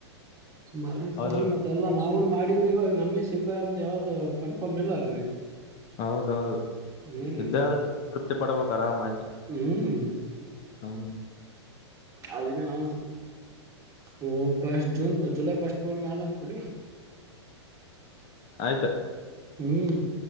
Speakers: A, on the right; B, on the left.
A: ಮರಡಿ
B: ಹೌದಲ್ಲ
A: ಮತ್ತೆ ಅಲ್ಲಾ ನಾವನ್ ಆಡವ್ರ ಇವಾಗ ನಮ್ಗೆ ಸಿಗ್ತಾರ ಅಂತ ಯಾವ್ದು ಕನ್ಫರ್ಮ್ ಇಲ್ಲ ಅಲ್ರರಿ
B: ಹೌದೌದು
A: ಹ್ಮ್
B: ಇದ್ದ ತೃಪ್ತಿಪಡಬೇಕು ಆರಾಮ್
A: ಹ್ಮ್
B: ಹಾಮ
A: ಅದಕ್ಕೆ ನಾ ಓ ಪಸ್ಟ್ ಜೂನ್ ಜುಲೈ ಪಫಸ್ಟ್ ಒ ಆದ ಅಂತ ರೀ
B: ತ್ತ
A: ಹ್ಮ್